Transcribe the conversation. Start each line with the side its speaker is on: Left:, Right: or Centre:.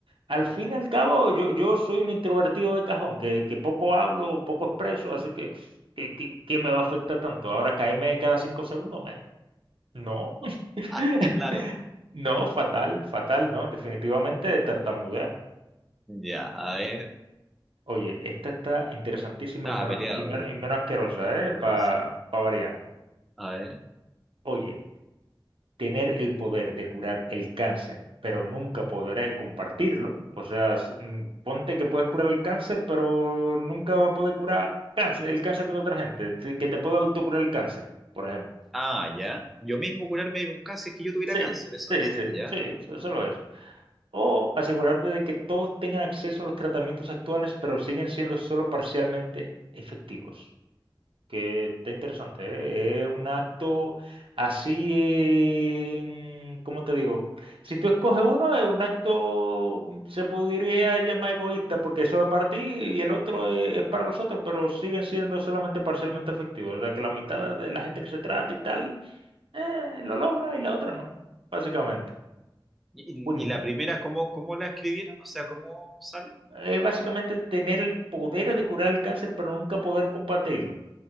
Right: Al fin y al cabo, yo, yo soy un introvertido de cajón, que, que poco hablo, poco expreso, así que, ¿qué, qué- qué me va a afectar tanto? Ahora caerme cada cinco segundos, man. No, <laughs>
Centre: Ah, claro.
Right: no, fatal, fatal, no, definitivamente tartamudea.
Centre: Ya, a ver.
Right: Oye, esta está interesantísima
Centre: Estaba
Right: y menos,
Centre: peleado
Right: y menos,
Centre: aquí.
Right: y menos asquerosa,
Centre: Treinta
Right: ¿eh?
Centre: y
Right: Para
Centre: cuatro seis.
Right: variar.
Centre: A ver.
Right: Oye. tener el poder de curar el cáncer, pero nunca podré compartirlo. O sea, s- mm, ponte que puedes curar el cáncer, pero nunca va a poder curar cáncer, el cáncer de otra gente, te- que te pueda autocurar el cáncer, por ejemplo.
Centre: Ah, ya. Yo mismo curarme de un cáncer es que yo tuviera
Right: Sí,
Centre: cáncer, eso
Right: sí,
Centre: es.
Right: sí,
Centre: Ya.
Right: sí, so- solo eso. O asegurarte de que todos tengan acceso a los tratamientos actuales, pero siguen siendo solo parcialmente efectivos. que está interesante, ¿eh? Es un acto así, eh, ¿cómo te digo? Si tú escoges uno, es un acto, mm, se podría llamar egoísta porque es solo para ti y el otro es, es para los otros, pero siguen siendo solamente parcialmente efectivos. O sea, que la mitad de la gente que se trata y tal, eh, lo logra y la otra no, básicamente.
Centre: ¿Y,
Right: Cuéntame.
Centre: y- y la primera, ¿cómo, cómo la escribieron? O sea, ¿cómo sale?
Right: Es básicamente tener el poder de curar el cáncer, pero nunca poder combatirlo,